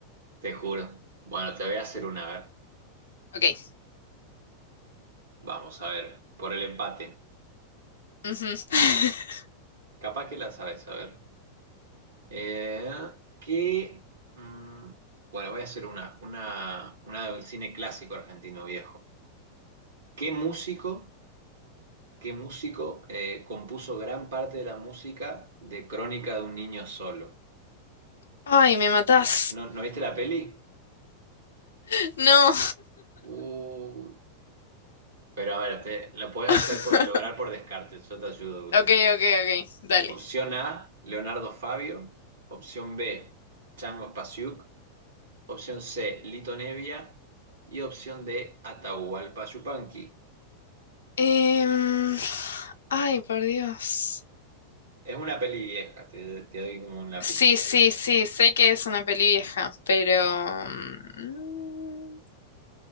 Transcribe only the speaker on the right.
Te juro. Bueno, te voy a hacer una, a ver.
Vamos a ver. Por el empate.
Capaz que la sabes, a ver. Eh, ¿qué? mm, bueno, voy a hacer una, una, una del cine clásico argentino viejo. ¿Qué músico, qué músico eh, compuso gran parte de la música de Crónica de un niño solo?
¿No, no viste la peli?
Uh, pero a ver, te, lo puedes
hacer por, lograr por descarte, yo te ayudo de última.
Opción A, Leonardo Fabio. Opción B, Chango Spasiuk. Opción C, Lito Nevia. Y opción D, Atahualpa Yupanqui.
Es una peli vieja, te, te doy como una
pista.